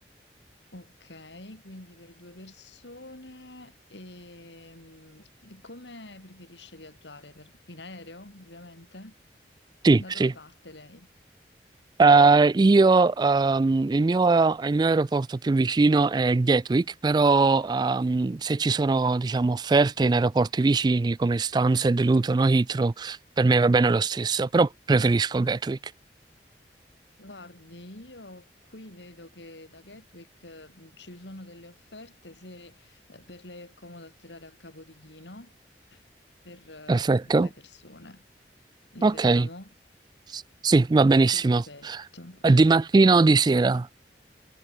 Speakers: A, on the left (about 80°); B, on the right (about 25°).
A: Ok, quindi per due persone. E, mm, e come preferisce viaggiare? Per- in aereo, ovviamente?
B: Sì,
A: Da
B: sì.
A: dove parte lei?
B: Eh, io, ehm, il mio, il mio aeroporto più vicino è Gatwick, però ehm, se ci sono, diciamo, offerte in aeroporti vicini come Stansted, Luton o Heathrow, per me va bene lo stesso, però preferisco Gatwick.
A: Guardi, io qui vedo che da Gatwick eh, ci sono delle offerte se eh, per lei è comodo atterrare a Capodichino per eh,
B: Perfetto.
A: due persone. Li
B: Ok,
A: fermiamo?
B: sì, va benissimo.
A: Perfetto,
B: Eh, Di mattina
A: perfetto.
B: o di sera?